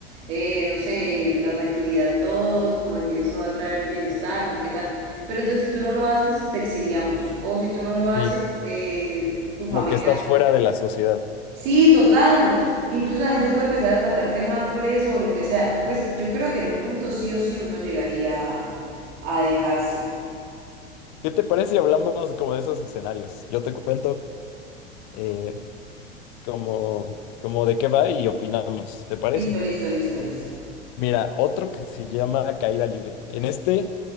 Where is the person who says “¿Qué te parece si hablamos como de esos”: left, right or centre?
Left